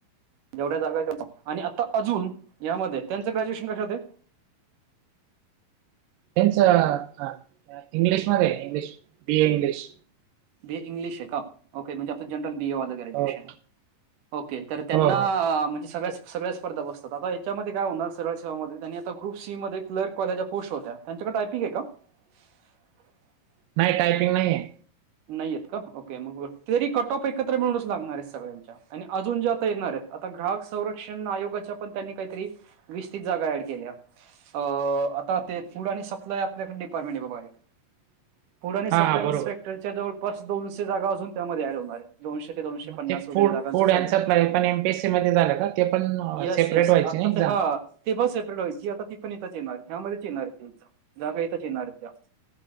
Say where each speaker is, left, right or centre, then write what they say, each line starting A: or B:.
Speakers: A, on the right; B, on the right.
A: जेवढ्या जागा आहेत त्या कन्फर्म, आणि यामध्ये त्यांचं
B: हां.
A: ग्रॅज्युएशन कशात आहे?
B: त्यांच इंग्लिश मध्ये आहे English B A English.
A: B A English आहे का ओके म्हणजे आता जनरल बी ए वाले. ग्रॅज्युएशन
B: हो, हो,
A: आहे ओके तर त्यांना
B: हो, हो, हो.
A: म्हणजे सगळ्याच सगळ्या स्पर्धा बसतात आता याच्यामध्ये काय होणार सरळ सेवामध्ये त्यांनी आता ग्रुप सी मध्ये क्लर्क वाल्याच्या पोस्ट होत्या त्यांच्याकडे टायपिंग आहे का?
B: <inaudible>
A: <inaudible>
B: नाही टायपिंग नाहीये.
A: नाहीे आहेत का ओके मग तरी कट ऑफ एकत्र मिळूनच लागणार आहेत सगळ्यांच्या. आणि अजून जे आता येणार आहेत आता ग्राहक संरक्षण आयोगाच्या पण त्यांनी काहीतरी वीस तीस जागा ॲड केल्या अ आता ते फूड आणि सप्लाय आपल्याकडे डिपार्टमेंट आहे बघा एक
B: <inaudible>
A: फूड आणि सप्लाय
B: हां, बरोबर.
A: इन्स्पेक्टरच्या जवळपास दोनशे जागा अजून त्यामध्ये ॲड होणार आहेत. दोनशे ते दोनशे
B: मग
A: पन्नास
B: ते
A: वगैरे
B: फूड
A: जागांच
B: फूड
A: चालू
B: अँड
A: आहे.
B: सप्लाय पण एम-पी-एस-सीमध्ये झालं का? ते पण अ,
A: येस
B: सेपरेट
A: येस
B: व्हायची
A: आता
B: ना एक्झाम?
A: ते हां ते पण सेपरेट व्हायची आता ती पण इथेच येणार, ह्यामध्येच येणार आहेत ती जागा इथंच येणार त्या.